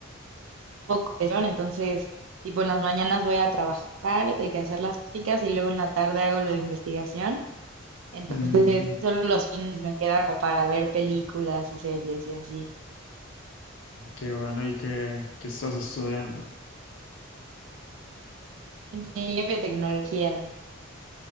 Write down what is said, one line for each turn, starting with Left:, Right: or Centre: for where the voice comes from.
Right: poco de sesión, entonces tipo en las mañanas voy a trabajar, de que hacer las prácticas y luego en la tarde hago lo de investigación. Entonces
Left: Mm,
Right: solo los fines me quedan para ver películas y series y así.
Left: qué bueno, ¿y qué, qué estás estudiando?
Right: Ingeniería en biotecnología.